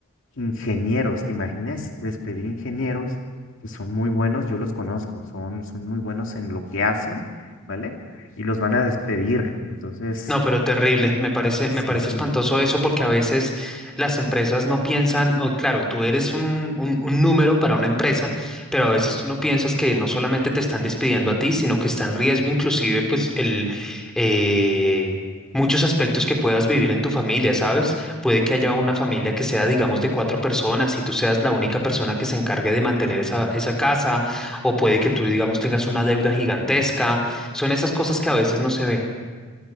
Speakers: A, on the left; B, in the centre.
A: Ingenieros, ¿te imaginas despedir ingenieros que son muy buenos? Yo los conozco, son, son muy buenos en lo que hacen, ¿vale? Y los van a despedir. Entonces,
B: No, pero terrible. Me parece,
A: sí,
B: me parece
A: sí,
B: espantoso eso porque a veces las empresas no piensan, o claro, tú eres un, un, un número para una empresa, pero a veces tú no piensas que no solamente te están despidiendo a ti, sino que está en riesgo inclusive pues el eh, muchos aspectos que puedas vivir en tu familia, ¿sabes? Puede que haya una familia que sea, digamos, de cuatro personas y tú seas la única persona que se encargue de mantener esa, esa casa, o puede que tú, digamos, tengas una deuda gigantesca. Son esas cosas que a veces no se ve.